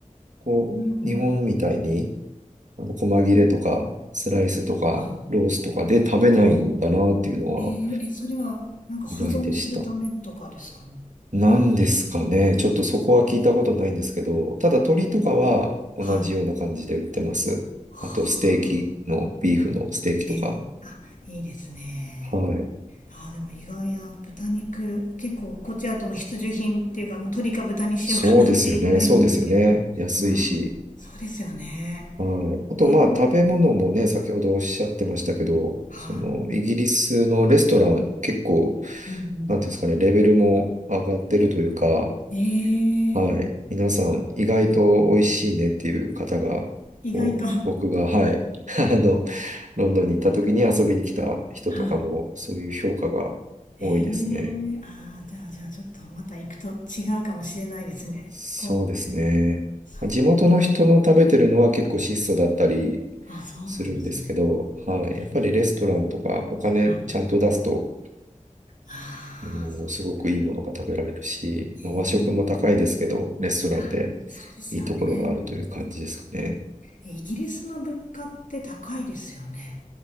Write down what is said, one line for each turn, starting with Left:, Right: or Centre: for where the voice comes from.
Right: こう、
Left: うん。
Right: 日本みたいに、あの、細切れとか、スライスとか、
Left: は
Right: ロースとかで食べないんだなっていうのは
Left: い。えーえ、それはなんか保存するためとかですかね。
Right: 意外でした。なんですかね。
Left: なんでしょう。
Right: ちょっとそこは聞いたことないんですけど、ただ鶏とかは同じような感じで売ってます。
Left: はい。あ
Right: あと、ステーキの、ビーフのステーキとか。
Left: ねえ、あ、いいですね。
Right: はい。
Left: あ、でも意外や豚肉、結構こっちだともう必需品っていうか、もう鶏か豚にしようかなっていうぐらいなんですけど。
Right: そうですよね。そうですよね。
Left: うん、
Right: 安いし。
Left: そうですよね。
Right: はい。あと、
Left: えー、
Right: まあ、食べ物もね、先ほどおっしゃってましたけど、
Left: はい。
Right: その、イギリスのレストラン、結構、
Left: うんう
Right: なんていうんですかね、レベルも上がってるというか、
Left: ん。え
Right: はい。
Left: ー、
Right: 皆さん、意外と美味しいねっていう方が、
Left: 意外と。
Right: こう僕が、
Left: は
Right: はい。<laughs> あの、ロンドンに行った時に遊びに来た人とかも、
Left: い。
Right: そういう評価が多いですね。
Left: えー、あー、じゃあじゃあちょっとまた行くと違うかもしれないですね。
Right: そうですね。
Left: こう、そう、
Right: 地元の人の食べてるのは結構質素だったり、
Left: あ、そうなんですね。
Right: するんですけど、はい。
Left: うんうん。
Right: やっぱりレストランとかお金ちゃんと出すと、
Left: はい。ああ、
Right: あのすごくいいものが食べられるし、
Left: そう。えー、
Right: まあ和食も高いですけど、レストランで
Left: あ、そうですよね。
Right: いいところがあるという感じですかね。
Left: イギリスの物価って高いですよね。